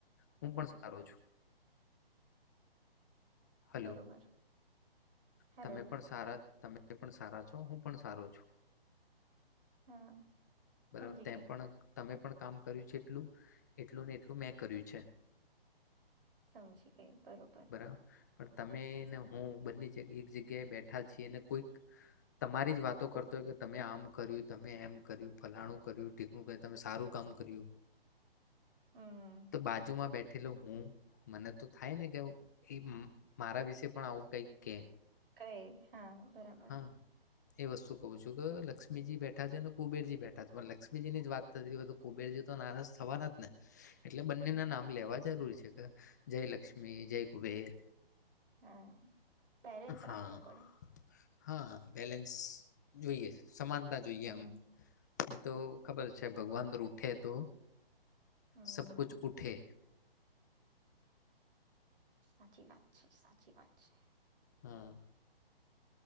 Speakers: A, on the left; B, on the right.
A: હું પણ સારો છું. હલો
B: બરોબર. હેલો
A: તમે પણ સારા. તમે પણ સારા છો, હું પણ સારું છું.
B: હા. સમજી
A: બરાબર તે
B: ગઈ
A: પણ તમે પણ કામ કર્યું છે એટલું, એટલું ને એટલું મેં કર્યું છે.
B: સમજી ગઈ બરોબર
A: બરાબર. પણ તમે ને હું બંને જ્યા એક જગ્યાએ બેઠા છીએ, ને કોઈક તમારી જ વાતો કરતો હોય કે તમે આમ કર્યું, તમે એમ કર્યું, ફલાણું કર્યું, ઠીકણું કર્યું, તમે સારું કામ કર્યું
B: હમ
A: તો બાજુમાં બેઠ ઠેલો હું મને તો થાય ને કે એ મારા વિશે પણ આવું કંઈક કે
B: કંઈ, હા, બરાબર.
A: હા એ વસ્તુ કહું છું કે લક્ષ્મીજી બેઠા છે ને કુબેરજી બેઠા છે, પણ લક્ષ્મીજીની જ વાત થતી હોય તો કુબેરજી તો નારાજ થવાના જ ને એટલે બંને
B: હમ
A: ના નામ લેવા જરૂર છે. જય લક્ષ્મી, જય કુબેર
B: હા બેરેન્સ
A: હા
B: રાખવો પડે.
A: હા બેલેન્સ જોઈએ. સમાનતા જોઈએ
B: હમ
A: આમ એ તો ખબર જ છે ભગવાન રૂઠે તો
B: હમ
A: સબ કુછ ઉઠે
B: સાચી વાત છે, સાચી વાત છે.
A: હમ્મ.